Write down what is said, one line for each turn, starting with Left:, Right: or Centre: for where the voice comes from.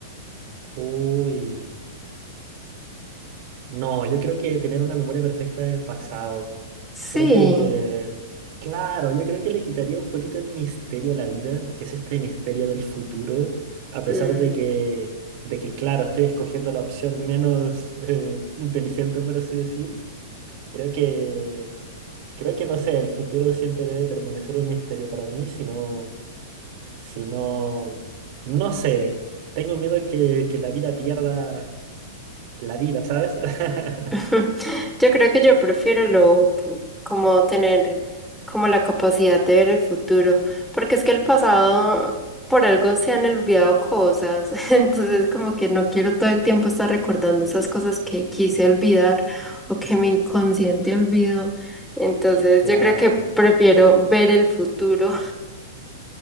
Right: Uy, no, yo creo que tener una memoria perfecta del pasado.
Centre: Sí.
Right: Creo que, claro, yo creo que le quitaría un poquito el misterio a la vida, que es este misterio del futuro, a pesar
Centre: Mm,
Right: de que, de que claro, estoy escogiendo la opción menos eh, inteligente, por así decir. Creo que, creo que no sé, el futuro siempre debe permanecer un misterio para mí, si no, si no, no sé, tengo miedo que, que la vida pierda la vida, ¿sabes? <laughs>
Centre: <laughs> Yo creo que yo prefiero lo otro, como tener como la capacidad de ver el futuro, porque es que el pasado por algo se han olvidado cosas, <laughs> entonces como que no quiero todo el tiempo estar recordando esas cosas que quise olvidar o que mi inconsciente olvidó, entonces
Right: Claro.
Centre: yo creo que prefiero ver el futuro.